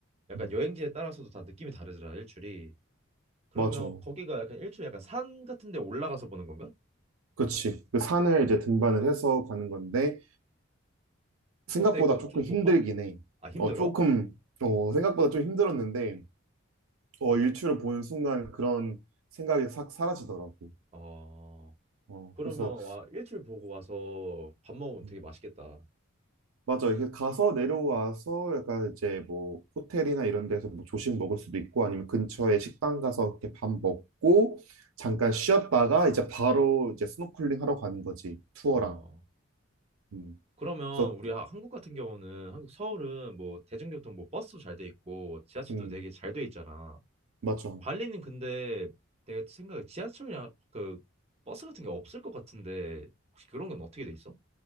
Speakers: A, on the right; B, on the right.
A: 약간
B: 음,
A: 여행지에 따라서도 다 느낌이 다르더라 일출이 그러면
B: 맞아.
A: 거기가 약간 일출 약간 산 같은 데 올라가서 보는 건가?
B: 그치. 그 산을 이제 등반을 해서 가는 건데, 생각보다
A: 어때 그
B: 조금
A: 좀
B: 힘들긴
A: 높아?
B: 해.
A: 아 힘들어?
B: 어, 조금, 어, 생각보다 좀 힘들었는데, 어, 일출을 보는 순간 그런 생각이 싹 사라지더라고.
A: 어
B: 어,
A: 그러면
B: 그래서,
A: 와 일출 보고 와서 밥 먹으면
B: 음,
A: 되게 맛있겠다
B: 맞아. 이렇게 가서 내려와서 약간 이제 뭐 호텔이나 이런 데서 뭐 조식 먹을 수도 있고 아니면 근처에 식당 가서 이렇게 밥 먹고 잠깐 쉬었다가 이제 바로 이제 스노클링 하러 가는 거지. 투어랑.
A: 음어
B: 음,
A: 그러면
B: 그래서,
A: 우리 하- 한국 같은 경우는 한국 서울은 뭐 대중교통 뭐 버스도 잘 돼 있고 지하철도
B: 음,
A: 되게 잘 돼 있잖아
B: 맞아.
A: 발리는 근데 내가 생각에 지하철이나 그 버스 같은 게 없을 것 같은데 혹시 그런 건 어떻게 돼 있어?